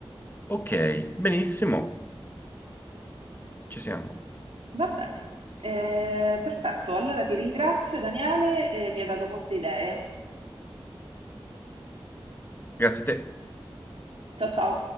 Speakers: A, on the left (about 20°); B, on the right (about 80°).
A: Ok, benissimo, ci siamo.
B: Va bene, Eh, perfetto. Allora ti ringrazio, Daniele, eh, mi hai dato molte idee.
A: Grazie a te.
B: Ciao ciao.